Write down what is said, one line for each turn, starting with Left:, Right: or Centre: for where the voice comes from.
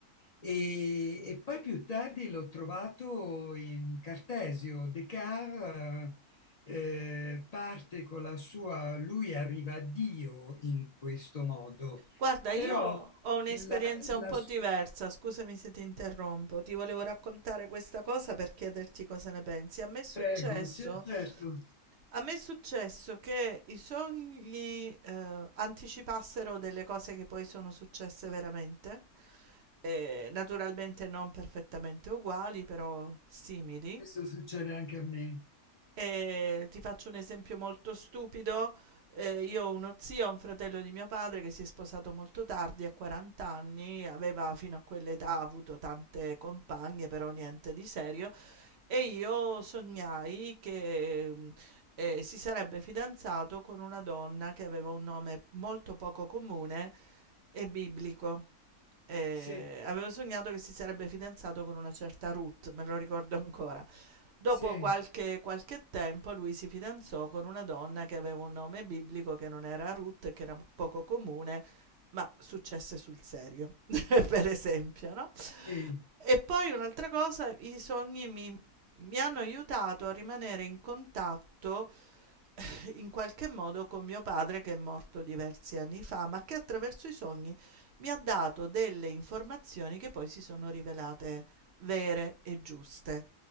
Left: e, e poi più tardi l'ho trovato in Cartesio. Descartes eh, eh, parte con la sua, lui arriva a Dio in questo modo,
Right: Guarda, io
Left: però
Right: ho un'esperienza
Left: la, la-
Right: un po' diversa, scusami se ti interrompo, ti volevo raccontare questa cosa per chiederti cosa ne pensi. A me è successo
Left: prego, sì, certo,
Right: A me è successo che i sogni eh, anticipassero delle cose che poi sono successe veramente, eh, naturalmente non perfettamente uguali, però simili.
Left: questo succede anche a me.
Right: E ti faccio un esempio molto stupido. Eh, io ho uno zio, un fratello di mio padre che si è sposato molto tardi, a 40 anni, aveva fino a quell'età avuto tante compagne, però niente di serio e io sognai che mh, eh, si sarebbe fidanzato con una donna che aveva un nome molto poco comune e biblico. Eh,
Left: Sì,
Right: avevo sognato che si sarebbe fidanzato con una certa Ruth, me lo ricordo ancora. Dopo
Left: sì,
Right: qualche, qualche tempo lui si fidanzò con una donna che aveva un nome biblico che non era Ruth e che era poco comune, ma successe sul serio, <laughs> per esempio, no?
Left: sì.
Right: E poi un'altra cosa, i sogni mi, mi hanno aiutato a rimanere in contatto eh, in qualche modo con mio padre che è morto diversi anni fa, ma che attraverso i sogni mi ha dato delle informazioni che poi si sono rivelate vere e giuste.